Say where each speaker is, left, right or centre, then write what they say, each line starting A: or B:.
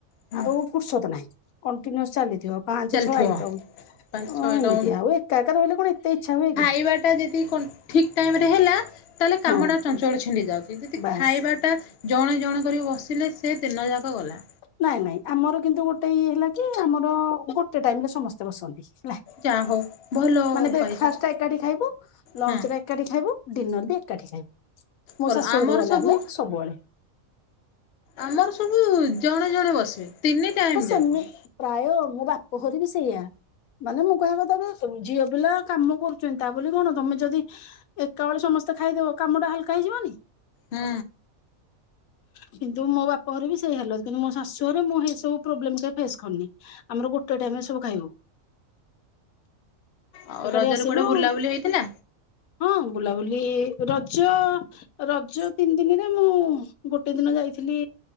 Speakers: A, on the left; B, on the left.
A: ହୁଁ
B: ଆଉ ଫୁର୍ସତ ନାହିଁ କଣ୍ଟିନ୍ୟୁସ ଚାଲିଥିବ। ପାଞ୍ଚ
A: ଚାଲିଥିବ।
B: ଛଅ ଆଇଟମ
A: ପାଞ୍ଚ ଛଅଟା
B: ଏମିତି ଆଉ ଏକା ଏକା ରହିଲେ କଣ ଏତେ ଇଚ୍ଛା ହୁଏ କି?
A: ଏଇ ବାଟା ଯେତ୍ <inaudible> ତେ ଠିକ୍ ଟାଇମରେ ହେଲା ତାହେଲେ
B: ହଁ
A: କାମଟା ଚଞ୍ଚଳ ଛିଣ୍ଡି ଯାଉଛି ଯଦି
B: ବାସ୍
A: ଖାଇବାଟା ଜଣେ ଜଣେ କରି ବସିଲେ ସେ ଦିନ ଯାକ ଗଲା।
B: ନାଇଁ ନାଇଁ ଆମର କିନ୍ତୁ ଗୋଟେ ଇଏ ହେଲା କି ଆମର ଗୋ ଟେ ଟାଇମରେ ସମସ୍ତେ ବସନ୍ତି ହେଲା
A: ଯାହା ହଉ ଭଲ
B: ମାନେ ବ୍ରେକଫାଷ୍ଟ
A: ପାଇଛ
B: ଏକାଠି ଖାଇବ। ଲଞ୍ଚଟା
A: ହଁ
B: ଏକାଠି ଖାଇବ ଡିନର ବି ଏକାଠି ଖାଇବ ମୋ
A: ଭଲ
B: ଶାଶୁ
A: ଆମର
B: ଘରୁ ଗଲେ
A: ସବୁ
B: ଆମେ ସବୁବେଳେ।
A: ଆମର ସବୁ ଜଣେ ଜଣେ ବସିବେ। ତିନି ଟାଇମ
B: ହଁ ସେମି
A: ଯାକ ହୁଁ
B: ପ୍ରାୟ ମୋ ବାପଘରୀ ବି ସେଇଆ। ମାନେ ମୁଁ କହିବା କଥା ଯେ ଝିଅ ପିଲା କାମ କରୁଚନ୍ତି ତା ବୋଲି କଣ ତମେ ଯଦି ଏକା ବେଳେ ସମସ୍ତେ ଖାଇଦବ କାମଟା ହାଲକା ହେଇଯିବନି।
A: ହୁଁ।
B: କିନ୍ତୁ ମୋ ବାପା ଘରେ ବି ସେଇ ହାଲତ କିନ୍ତୁ ମୋ ଶାଶୁଘରେ ମୁଁ ହେଇ ସବୁ ପ୍ରୋବ୍ଲମଟା ଫେସ କରିନି ଆମର ଗୋଟେ ଟାଇମିରେ ସବୁ ଖାଇବ।
A: ଆଉ
B: ଏକାଠି
A: ରଜରେ
B: ଆସିଲୁ
A: କୁଆଡେ ବୁଲାବୁଲି ହେଇଥିଲା
B: ହଁ ବୁଲାବୁଲି ରଜ ରଜ ତିନି ଦିନିରେ ମୁଁ ଗୋଟେ ଦିନ ଯାଇଥିଲି